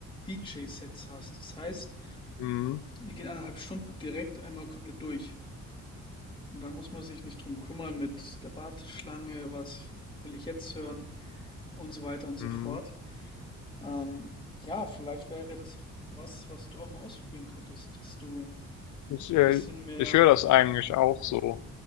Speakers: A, on the left; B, on the left.
A: DJ-Sets hast. Das heißt,
B: Mhm.
A: die gehen eineinhalb Stunden direkt einmal komplett durch. Und dann muss man sich nicht drum kümmern mit der Warteschlange, was will ich jetzt hören und so weiter und so
B: Mhm.
A: fort. Ähm, ja, vielleicht wäre das was, was du auch mal ausprobieren könntest, dass du
B: Ich,
A: dich
B: äh,
A: ein bisschen mehr.
B: ich höre das eigentlich auch so,